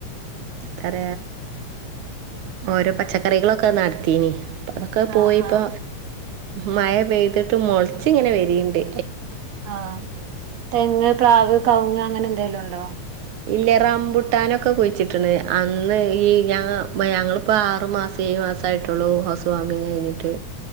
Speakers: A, on the right; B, on the right.
A: തറ ഓരോ പച്ചക്കറികളൊക്കെ നടത്തീന് അതൊക്കെ
B: ആ
A: പോയിപ്പോ
B: ആ
A: മഴ പെയ്തിട്ട് മുളച്ച് ഇങ്ങനെ വരിയണ്ട്
B: ആഹ തെങ്ങ് പ്രാവ് കവങ്ങ് അങ്ങനെ എന്തെലും ഉണ്ടോ
A: ഇല്ല റംമ്പുട്ടാനൊക്കെ കുഴിച്ചിട്ടുണ്ട് അന്ന് ഈ ഞ ഞങ്ങിപ്പോ ആറു മാസം സ മാസ ആമായിട്ടുള്ളൂ ഹൗസ് വാമിംഗ് കഴിഞ്ഞിട്ട്